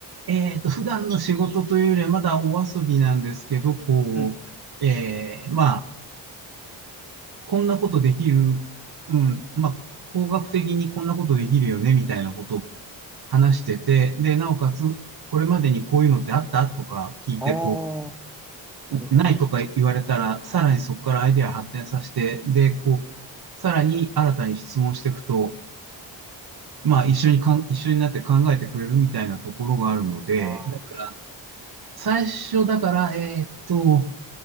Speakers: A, on the right; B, in the centre.
A: えっと、普段の仕事というよりはまだお遊びなんですけど、こう、
B: うん。
A: えーまあ、こんなことできる、うん、まあ、工学的にこんなことできるよね、みたいなことを話してて、で、なおかつ、これまでにこういうのってあったとか聞いて、
B: ああ、
A: こ
B: なるほど。
A: う、ないとか言われたら、さらにそこからアイデア発展させて、で、こう、さらに新たに質問していくと、まあ、一緒にかん、一緒になって考えてくれるみたいなところがあるので、
B: ああ、
A: だから、最初だから、えーっと、